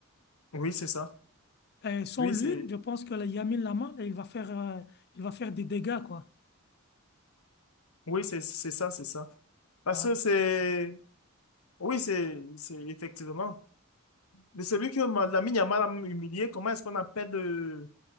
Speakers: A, on the left; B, on the left.
A: Oui, c'est ça.
B: Et sans
A: Oui,
B: lui,
A: c'est
B: je pense que la Lamine Yamal, il va faire, euh, il va faire des dégâts, quoi.
A: oui, c'est c'est ça, c'est ça. Parce
B: Ah,
A: que c'est Oui, c'est, c'est effectivement. Mais celui que Ma- Lamine Yamal a humilié, comment est-ce qu'on appelle euh,